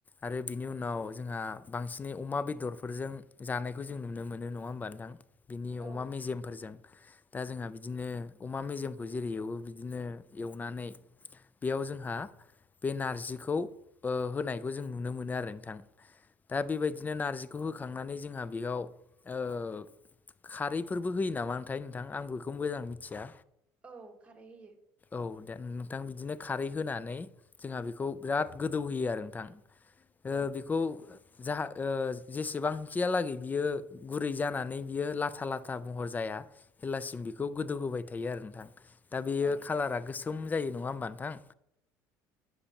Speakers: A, on the left (about 20°); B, on the right (about 15°).
A: आरो बिनि उनाव जोंहा बांसिनै अमा बेदरफोरजों जानायखौ जों नुनो मोनो नङा होमबा नोंथां? बिनि
B: औ
A: अमा मेजेमफोरजों दा जोंहा बिदिनो अमा मेजेमखौ जेरै एवो बिदिनो एवनानै बेयाव जोंहा बे नारजिखौ होनायखौ जों नुनो मोनो आरो नोंथां। दा बेबायदिनो नारजिखौ होखांनानै जोंहा बेयाव खारैफोरबो होयो नामा आथाय नोंथां आं बेखौ मोजां मिथिया।
B: औ खारै होयो।
A: औ दे नोंथां बिदिनो खारै होनानै जोंहा बेखौ बिराद गोदौहोयो आरो नोंथां।
B: औ
A: बेखौ जा ओ जेसेबांखिहालागै बियो गुरै जानानै बियो लाथा लाथा महर जाया जेलासिम बेखौ गोदौहोबाय थायो आरो नोंथां। दा बेयो
B: औ
A: कालारा गोसोम जायो नङा होमबा नोंथां?